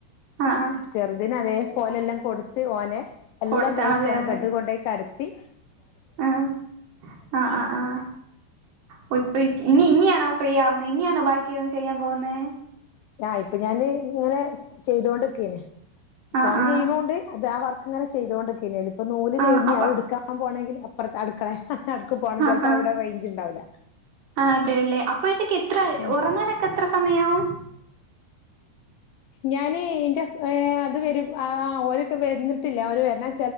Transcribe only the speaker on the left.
ചെറുതിനെ അതെ പോലെല്ലാം കൊടുത്ത് ഓനെ എല്ലാം
കഴിച്ചു
ഓനെ
ബെഡ് കൊണ്ടേയി കിട ത്തി
ആഹ് ഇപ്പൊ ഞാന് ഇങ്ങനെ ചെയ്തോണ്ടിക്കേന്
ഫോൺ
ചെയ്യണോണ്ട് അത് വർ അങ്ങനെ ചെയ്തൊണ്ട് ഇക്കായിനു നുല്
കഴിഞ്ഞ്
അതെടുക്കാൻ പോണെങ്കിൽ അപ്പറത്തെ അടക്കളെ നടക്ക്‌ പോണം
ചിലപ്പോൾ
അവിടെ റേഞ്ച് ഉണ്ടാവില്ല
ഉം
ഞാന് എന്റെ ഹസ് ഏഹ് അത് വരും ഒര് വരുന്നിട്ടില്ല ഒര് വരൻ